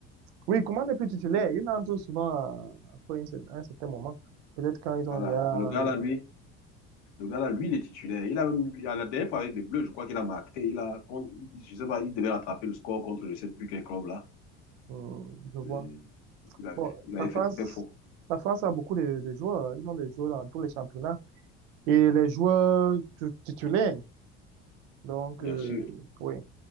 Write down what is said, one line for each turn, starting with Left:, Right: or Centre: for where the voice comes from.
Right: Oui, Coman n'est plus titulaire.
Left: Euh,
Right: Il entre souvent euh, après un cer- un certain moment. Peut-être quand ils ont
Left: Voilà.
Right: déjà,
Left: Le gars
Right: oui,
Left: là, lui, le gars là, lui, il est titulaire. Il a même, à la dernière fois avec les Bleus, je crois qu'il a marqué. Il a, contre- je sais pas, il devait rattraper le score contre je sais plus quel club là.
Right: Hum, je vois.
Left: Euh, il avait,
Right: Bon,
Left: il avait
Right: la France,
Left: fait très fort.
Right: la France a beaucoup de, de joueurs. hein. Ils ont des joueurs dans tous les championnats. Et les joueurs tu- titulaires, donc,
Left: Bien
Right: euh,
Left: sûr.
Right: oui,